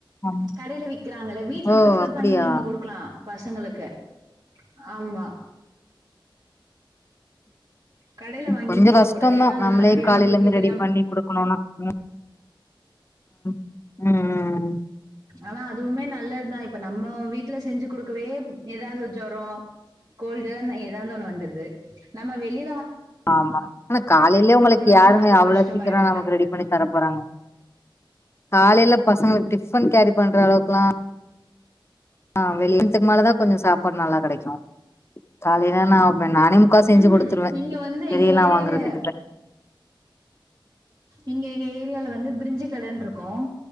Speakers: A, on the left (about 30°); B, on the right (about 50°).
A: ஆமா
B: கடைல விக்கிறாங்களே வீட்ல
A: ஓ
B: பிரிஃபர்
A: அப்டியா
B: பண்ணி நீங்க குடுக்கலா பசங்களுக்கு ஆமா கடையில வாங்கி
A: கொஞ்ச
B: குடுக்க
A: கஷ்டோந்தா
B: கூடாது ஏன்னா அதுல
A: நம்மளே
B: நெறைய
A: காலைல
B: நம்மளுக்கே
A: இருந்து
B: தெரியாம
A: ரெடி பண்ணி குடுக்கணுனா ம் ம் ம் ம்
B: ஆனா அதுவுமே நல்லதுதா இப்ப நம்ம வீட்ல செஞ்சு குடுக்கவே எதாவது ஜொரோ கோல்டுன்னு எதாவது ஒண்ணு வந்துருது நம்ம வெளி
A: ஆமா ஆனா காலைலயே உங்களுக்கு
B: போலன்னா
A: யாருங்க
B: அது
A: அவ்ளோ
B: கஷ்டமாயிடும்ல
A: சீக்கிரோ நமக்கு ரெடி பண்ணி தர போறாங்க காலைல பசங்களுக்கு டிஃபன் கேரி பண்ற அளவுக்கெலா ஆ வெளிய மதியத்துக்கு மேலதா கொஞ்சோ சாப்பாடு நல்லா கெடைக்கு காலைல நா நானே முக்கா செஞ்சு
B: ம்ஹும்
A: குடுத்துருவே
B: இங்க வந்து எங்க
A: வெளியெல்லா
B: ஏரியால
A: வாங்குறதுக்கு இல்ல
B: இங்க எங்க ஏரியால வந்து பிரிஞ்சி கடன்னு இருக்கு